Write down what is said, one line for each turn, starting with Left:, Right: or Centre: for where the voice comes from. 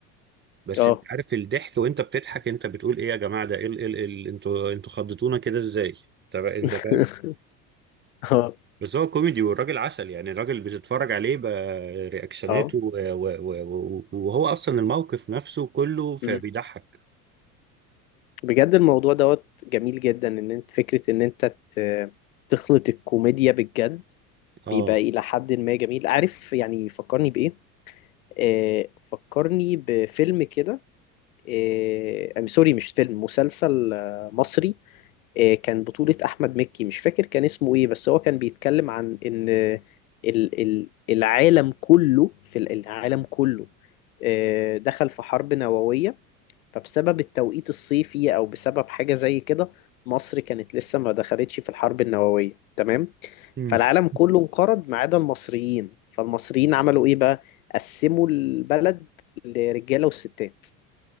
Right: بس
Left: اه
Right: انت عارف الضحك وانت بتضحك انت بتقول ايه يا جماعه ده ايه ال... إيه ال... إيه ال... انتوا انتوا خضتونا كده ازاي انت بقى- انت
Left: <laughs>
Right: فاهم
Left: اه
Right: بس هو كوميدي والراجل عسل يعني الراجل بتتفرج عليه برياكشناته
Left: اه
Right: و... و... و... و... وهو اصلا الموقف نفسه كله فبيضحك
Left: م. بجد الموضوع دوت جميل جدا ان انت فكرة ان انت ت- تخلط الكوميديا بالجد
Right: اه
Left: بيبقى إلى حد ما جميل عارف يعني فكرني بإيه آه فكرني بفيلم كده آه I'm sorry مش فيلم مسلسل آه مصري آه كان بطولة أحمد مكي مش فاكر كان اسمه إيه بس هو كان بيتكلم عن إن ال ال العالم كله في ال- العالم كله آه دخل في حرب نووية فبسبب التوقيت الصيفي او بسبب حاجه زي كده مصر كانت لسه ما دخلتش في الحرب النوويه تمام
Right: <laughs>
Left: فالعالم كله انقرض ما عدا المصريين فالمصريين عملوا ايه بقى قسموا البلد لرجاله وستات